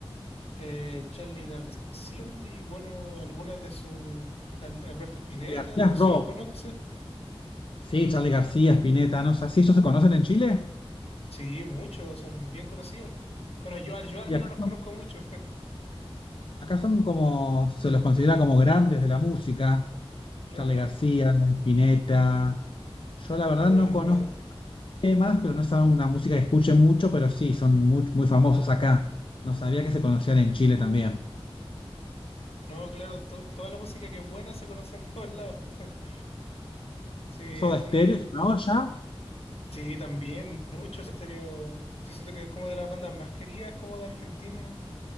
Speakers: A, on the left; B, on the left.
A: eh, Charly García y bueno, algunas de sus... Al- Alberto Spinetta,
B: Charly García
A: no
B: es
A: sé
B: rock.
A: si los conoces.
B: Sí, Charly García, Spinetta, no sé, ¿sí ellos se conocen en Chile?
A: Sí, muchos, son bien conocidos. Bueno, yo, al- yo al
B: Y
A: menos
B: acá
A: los
B: no.
A: conozco mucho. <laughs>
B: Acá son como, se los considera como grandes de la música,
A: Claro,
B: Charly García, Spinetta. Yo la verdad
A: Pedro
B: no
A: Aznar.
B: conozco temas, pero no es una música que escuche mucho, pero sí, son muy, muy famosos acá. No sabía que se conocían en Chile también.
A: No, claro, to- toda la música que es buena se conoce en todos lados. <laughs> Sí, es
B: Soda
A: un-
B: Stereo, una olla.
A: sí, también, muchos Estéreo. Yo siento que es como de las bandas más queridas, como de Argentina.